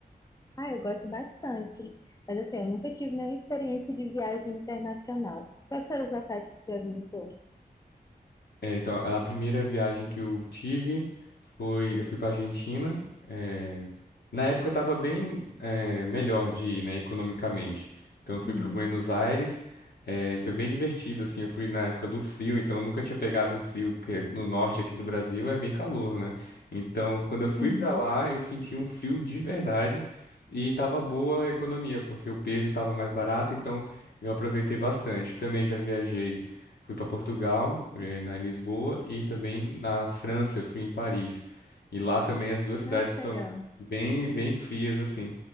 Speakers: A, on the left; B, on the left.
A: Ah, eu gosto bastante. Mas assim, eu nunca tive nenhuma experiência de viagem internacional. Quais foram os locais que tu já visitou?
B: É, então, a primeira viagem que eu tive foi, eu fui para Argentina. eh, na época eu estava bem eh, melhor de ir, né, economicamente. Então eu fui
A: Uhum,
B: para Buenos Aires. eh, foi bem divertido, assim. Eu fui na época do frio, então eu nunca tinha pegado um frio, porque no norte aqui do Brasil é bem calor, né? Então, quando eu fui
A: uhum.
B: para lá, eu senti um frio de verdade e tava boa a economia, porque o peso estava mais barato, então eu aproveitei bastante. Também já viajei Fui para Portugal, eh, na em Lisboa, e também na França, fui em Paris. E lá também as duas cidades
A: Ai,
B: são
A: que legal.
B: bem, bem frias, assim.